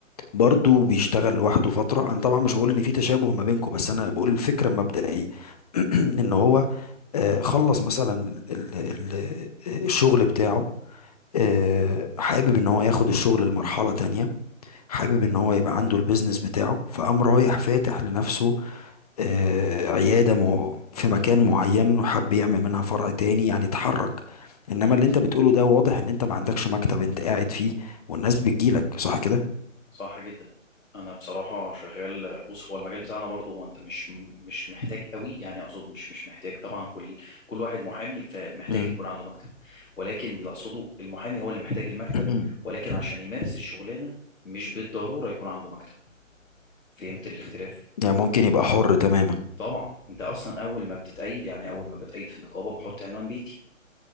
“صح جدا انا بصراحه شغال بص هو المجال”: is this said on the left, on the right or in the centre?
Left